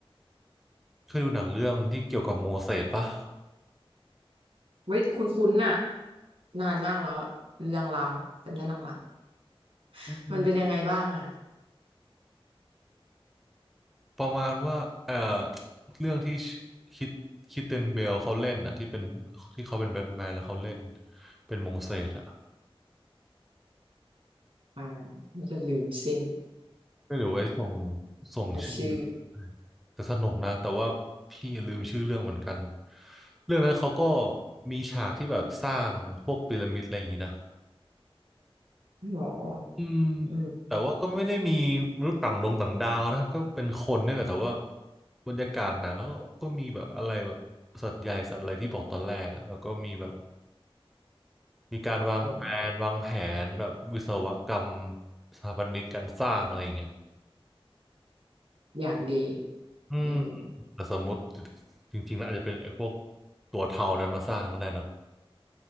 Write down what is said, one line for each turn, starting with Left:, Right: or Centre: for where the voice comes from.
Centre: เคยดูหนังเรื่องที่เกี่ยวกับโมเสสปะ
Right: เว้ยคุณคุณนๆน่ะนานมากแล้วลางๆจำได้ลาง
Centre: อืม
Right: ๆมันเป็นยังไงบ้างอ่ะ
Centre: ประมาณว่าเอ่อเรื่องที่คิดคิดเตนเบลเขาเล่นอะที่เป็นที่เขาเป็นแบทแมนแล้วเขาเล่นเป็นโมเสสอะ
Right: อ่ามันจะลืมสิ้น
Centre: ไม่เดี๋ยวไว้ส่งส่งชื่อ
Right: แต่ชื่อ
Centre: ้แต่สนุกนะแต่ว่าพี่ลืมชื่อเรื่องเหมือนกันเรื่องนั้นเขาก็มีฉากที่แบบสร้างพวกพีระมิดอะไรอย่างนี้นะ
Right: หรอ
Centre: อืม
Right: อืม
Centre: แต่ว่าก็ไม่ได้มีมนุษย์ต่างดงต่างดาวนะก็เป็นคนนี่แหละแต่ว่าบรรยากาศหนังเขาก็มีแบบอะไรแบบสัตว์ใหญ่สัตว์อะไรที่บอกตอนแรกอะแล้วก็มีแบบมีการวางแผนวางแผนแบบวิศวกรรม
Right: โอ้
Centre: สถาปนิกการสร้างอะไรอย่างเงี้ย
Right: อย่างดี
Centre: อืม
Right: อืม
Centre: แต่สมมติจริงๆแล้วอาจจะเป็นไอ้พวกตัวเทานั้นมาสร้างก็ได้เนาะ